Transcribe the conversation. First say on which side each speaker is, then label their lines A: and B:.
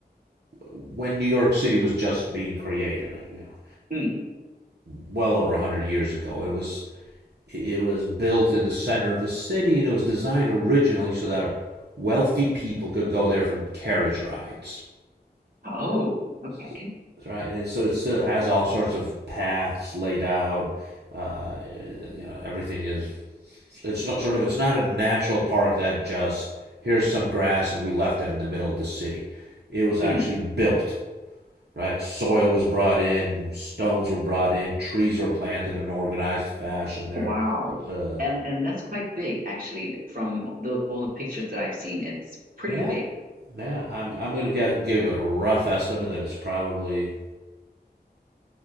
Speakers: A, on the right; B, on the right.
A: when New York City was just being created, like, you know,
B: Mm.
A: well over a hundred years ago. It was it was built in the center of the city, and it was designed originally so that wealthy people could go there for carriage rides.
B: Oh, okay.
A: So, right, and so it still has all sorts of paths laid out. Uh, you know, everything is it's not sort of it's not a natural park that just here's some grass and we left it in the middle of the city. It was actually
B: Mm.
A: built, right? Soil was brought in, stones were brought in, trees were planted in an organized fashion there.
B: Wow.
A: There's a
B: And and that's quite big actually from the all the pictures that I've seen. It's pretty
A: yeah,
B: big.
A: man, I'm I'm going to get give you a rough estimate that it's probably